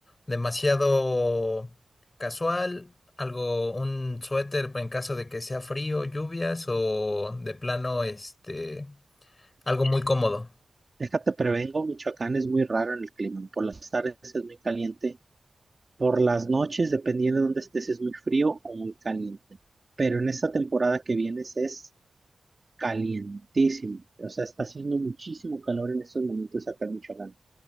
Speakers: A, on the left; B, on the right.
A: demasiado casual, algo, un suéter en caso de que sea frío, lluvias o de plano, este, algo muy cómodo.
B: Déjate, prevengo, Michoacán es muy raro en el clima. Por las tardes es muy caliente, por las noches, dependiendo de dónde estés, es muy frío o muy caliente. Pero en esta temporada que vienes es calientísimo. O sea, está haciendo muchísimo calor en estos momentos acá en Michoacán.